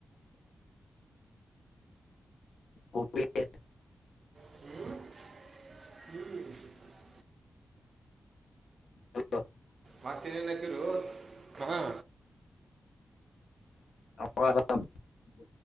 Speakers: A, on the left (about 65°); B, on the right (about 45°).
A: <unintelligible>
B: <inaudible>
A: <unintelligible>
B: ಮತ್ತ್ ಏನೇನ್ ಹಕ್ಕಿರೋ ಮಹ
A: <unintelligible>